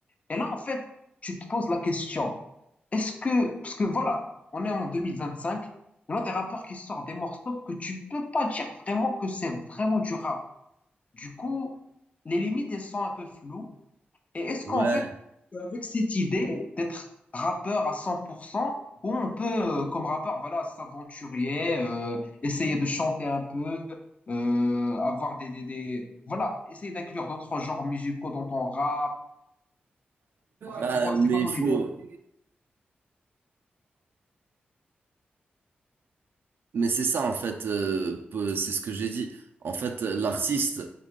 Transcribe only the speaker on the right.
Ouais.
Ah,
mais
il faut.
Mais c'est ça en fait, euh, peu- c'est ce que j'ai dit. En fait, euh, l'artiste,